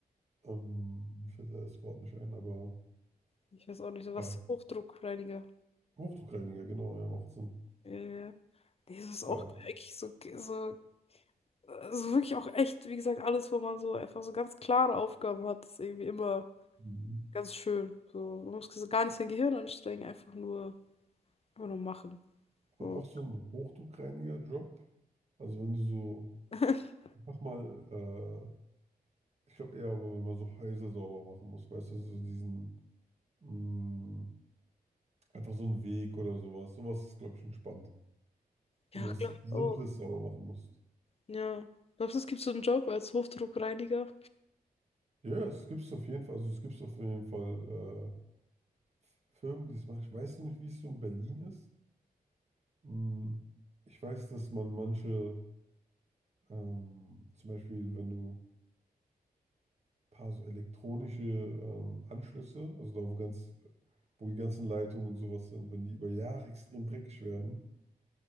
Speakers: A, on the right; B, on the left.
A: Ähm, mir fällt leider das Wort nicht ein, aber
B: ich weiß auch nicht, so was
A: ja.
B: Hochdruckreiniger.
A: Hochdruckreiniger, genau, ja, macht Sinn.
B: Äh, nee, das ist auch
A: Ja.
B: geil. eigentlich so, so, so also wirklich auch echt, wie gesagt, alles, wo man so einfach so ganz klare Aufgaben hat, ist irgendwie immer
A: Mhm.
B: ganz schön. So, man muss so gar nicht sein Gehirn anstrengen, einfach nur, einfach nur machen.
A: Aber
B: So.
A: auch so ein Hochdruckreiniger-Job. Also wenn du so,
B: <laughs>
A: mach mal, äh, ich glaube eher, aber wenn man so Häuser sauber machen muss, weißt du, so diesen, mh, einfach so einen Weg oder sowas. Sowas ist, glaube ich, entspannt. Wenn
B: Ja,
A: du was
B: glaube
A: Simples
B: ich auch.
A: sauber machen musst.
B: Ja. Glaubst du, es gibt so einen Job als Hochdruckreiniger?
A: Ja, es gibt es auf jeden Fall, also es gibt es auf jeden Fall. äh, Firmen, die es machen. Ich weiß noch nicht, wie es so in Berlin ist. Hm, Ich weiß, dass man manche, ähm, zum Beispiel, wenn du ein paar so elektronische ähm, Anschlüsse, also da wo ganz, wo die ganzen Leitungen und sowas sind, wenn die über Jahre extrem dreckig werden,